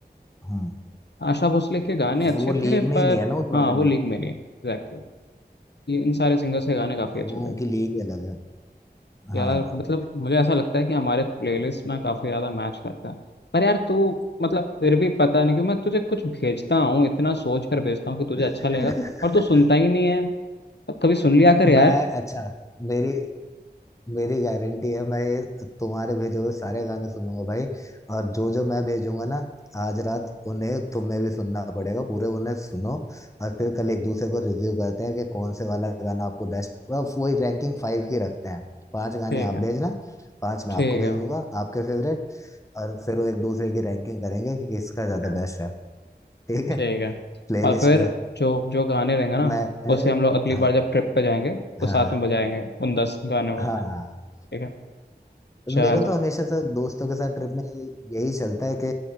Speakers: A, on the left; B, on the left.
A: हूँ
B: आशा भोसले के गाने अच्छे
A: वो लीग
B: थे
A: में
B: पर
A: ही नहीं है ना उस वाले
B: हाँ वो
A: में
B: लीग में नहीं एग्जैक्टली ये इन सारे सिंगर्स के गाने काफी अच्छे
A: वो
B: थे
A: उनकी लीग ही अलग है
B: यार
A: हाँ
B: मतलब मुझे ऐसा लगता है कि हमारे प्लेलिस्ट ना काफी ज्यादा मैच करता है पर यार तू मतलब फिर भी पता नहीं क्यों मैं तुझे कुछ भेजता हूँ इतना सोच कर भेजता हूँ कि तुझे
A: <laughs>
B: अच्छा लगेगा और तू सुनता ही नहीं है अब कभी सुन लिया कर
A: मैं
B: यार
A: अच्छा मेरी मेरी गारंटी है मैं ये तुम्हारे भेजे हुए सारे गाने सुनूंगा भाई और जो जो मैं भेजूंगा ना आज रात उन्हें तुम्हें भी सुनना पड़ेगा पूरे उन्हें सुनो और फिर कल एक दूसरे को रिव्यू करते हैं कि कौन से वाला गाना आपको बेस्ट वही रैंकिंग फाइव की रखते हैं पांच गाने
B: ठीक
A: आप
B: है
A: भेजना पांच मैं
B: ठीक
A: आपको भेजूंगा
B: है
A: आपके फेवरेट और फिर वो एक दूसरे की रैंकिंग करेंगे कि किसका ज्यादा
B: हाँ,
A: बेस्ट है ठीक है
B: ठीक है
A: प्लेलिस्ट
B: और फिर
A: में
B: जो जो गाने रहेंगे ना
A: मैंने
B: उसे हम लोग अगली
A: हाँ
B: बार जब ट्रिप पे जाएंगे तो
A: हाँ
B: साथ
A: हाँ
B: में बजाएंगे उन दस गानों
A: हाँ
B: को
A: हाँ।
B: ठीक है चलो
A: मेरा तो हमेशा से दोस्तों के साथ ट्रिप में ये- यही चलता है कि